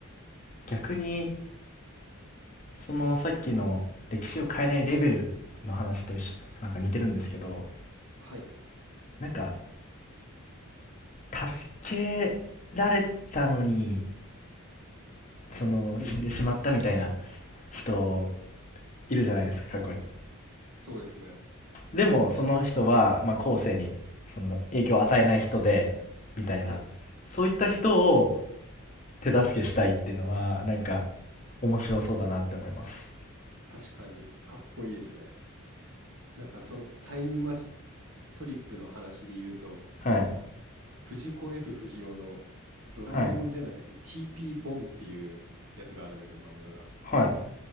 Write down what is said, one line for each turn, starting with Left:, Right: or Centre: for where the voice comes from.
Left: 逆に、そのさっきの歴史を変えないレベルの話と一緒、なんか似てるんですけど、
Right: はい。
Left: なんか、助けられたのに、その、
Right: うんうん。
Left: 死んでしまったみたいな人、いるじゃないですか、過去に。
Right: そうですね。
Left: でも、その人は、まあ、後世に、その、影響を与えない人で、みたいな。
Right: はい。
Left: そういった人を、手助けしたいっていうのは、なんか、面白そうだなって思います。
Right: 確かにかっこいいですね。なんかそのタイムマシトリップの話で言うと、
Left: はい。
Right: あの、藤子 F 不二雄のドラえもんじゃなくて
Left: はい。
Right: TP ボンっていうやつがあるんですよ、漫画が。
Left: はい。